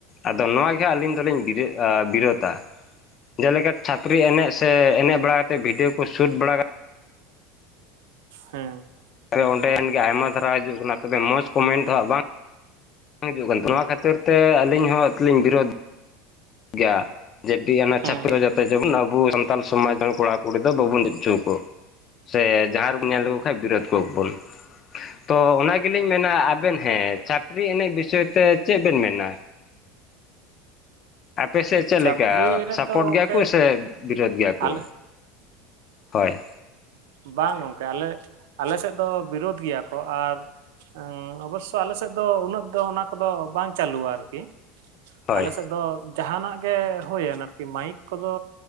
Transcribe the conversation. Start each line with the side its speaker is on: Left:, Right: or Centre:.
Left: ᱟᱫᱚ ᱱᱚᱣᱟ ᱜᱮ ᱦᱟᱸᱜ ᱟᱞᱤᱧ ᱫᱚᱞᱤᱧ ᱵᱤᱨᱟᱹᱜ-ᱟ ᱵᱤᱨᱳᱛᱟ᱾ ᱡᱮᱞᱮᱠᱟ ᱪᱷᱟᱯᱨᱤ ᱮᱱᱮᱡ ᱥᱮ ᱮᱱᱮᱡ ᱵᱟᱲᱟ ᱠᱟᱛᱮᱜ ᱵᱷᱤᱰᱤᱭᱳ ᱠᱚ ᱥᱩᱴ ᱵᱟᱲᱟ ᱠᱟᱛᱮᱫ
Right: ᱦᱮᱸ᱾
Left: ᱯᱮ ᱚᱸᱰᱮ ᱠᱷᱟᱱ ᱜᱮ ᱟᱭᱢᱟ ᱫᱷᱟᱨᱟ ᱦᱤᱡᱩᱜ ᱠᱟᱱᱟ, ᱛᱚᱵᱮ ᱢᱚᱡᱽ ᱠᱚᱱᱢᱮᱱ ᱫᱚ ᱦᱟᱸᱜ ᱵᱟᱝ ᱵᱟᱝ ᱦᱤᱡᱩᱜ ᱠᱟᱱ ᱨᱟᱦᱮᱱᱟ, ᱱᱚᱣᱟ ᱠᱷᱟᱛᱤᱨ ᱛᱮ ᱟᱞᱤᱧ ᱦᱚᱸ ᱞᱤᱧ ᱵᱤᱨᱳᱫ ᱜᱮᱭᱟ᱾ ᱡᱮᱴᱤ ᱚᱱᱟ
Right: ᱦᱮᱸ
Left: ᱪᱷᱟᱯᱨᱤ
Right: ᱦᱮᱸ
Left: ᱠᱚ
Right: ᱦᱮᱸ
Left: ᱡᱟᱛᱮ ᱡᱮᱢᱚᱱ ᱟᱵᱚ ᱥᱟᱱᱛᱟᱞ ᱥᱚᱢᱟᱡᱽ ᱨᱮᱱ ᱠᱚᱲᱟ ᱠᱩᱲᱤ ᱫᱚ ᱵᱟᱵᱚᱱ ᱡᱟᱹᱯᱤᱫ ᱦᱚᱪᱚᱣᱠᱚ ᱠᱚᱣᱟ᱾ ᱥᱮ ᱡᱟᱦᱟᱸ ᱨᱮᱵᱚᱱ ᱧᱮᱞ ᱞᱮᱠᱚ ᱠᱷᱟᱱᱡ ᱵᱤᱨᱳᱫ ᱠᱚᱣᱟ ᱵᱚᱱ᱾ ᱛᱚ ᱚᱱᱟ ᱜᱮᱞᱤᱧ ᱢᱮᱱᱟ ᱟᱵᱮᱱ ᱦᱮᱸ ᱪᱷᱟᱯᱨᱤ ᱮᱱᱮᱡ ᱵᱤᱥᱚᱭ ᱛᱮ ᱪᱮᱫ ᱵᱮᱱ ᱢᱮᱱᱟ? ᱟᱯᱮ ᱥᱮᱡ ᱪᱮᱫ
Right: ᱪᱷᱟᱹᱯᱨᱤ
Left: ᱞᱮᱠᱟ
Right: ᱮᱱᱮᱡ
Left: ᱥᱟᱯᱳᱨᱴ
Right: ᱫᱚ ᱜᱚᱝᱠᱮ
Left: ᱜᱮᱭᱟ ᱠᱚ ᱥᱮ ᱵᱤᱨᱳᱫ ᱜᱮᱭᱟ ᱠᱚ?
Right: ᱟᱞᱮ
Left: ᱦᱳᱭ᱾
Right: ᱵᱟᱝ ᱜᱚᱝᱠᱮ ᱟᱞᱮ ᱟᱞᱮ ᱥᱮᱫ ᱫᱚ ᱵᱤᱨᱳᱫ ᱜᱮᱭᱟ ᱠᱚ, ᱟᱨᱷᱴ ᱟᱸᱝ ᱚᱵᱳᱥᱥᱚ ᱟᱞᱮ ᱥᱮᱫ ᱫᱚ ᱩᱱᱟᱹᱜ ᱫᱚ ᱚᱱᱟ ᱠᱚᱫᱚ ᱵᱟᱝ ᱪᱟᱹᱞᱩᱣᱟ ᱟᱨᱠᱤ᱾
Left: ᱦᱳᱭ
Right: ᱟᱞᱮ ᱥᱮᱫ ᱫᱚ ᱡᱟᱦᱟᱱᱟᱜ ᱜᱮ ᱦᱳᱭᱮᱱ ᱟᱨᱠᱤ ᱢᱟᱭᱤᱠ ᱠᱚᱫᱚ,